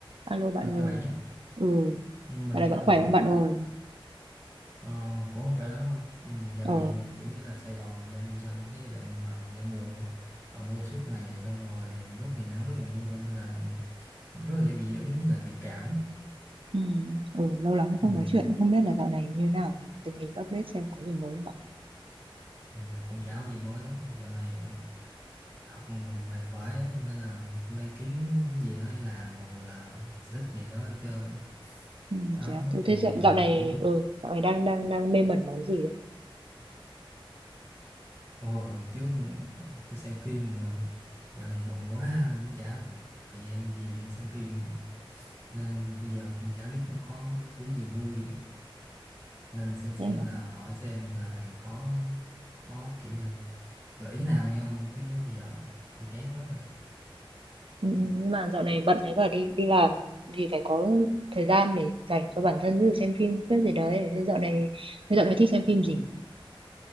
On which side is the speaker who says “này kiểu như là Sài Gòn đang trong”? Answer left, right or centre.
Right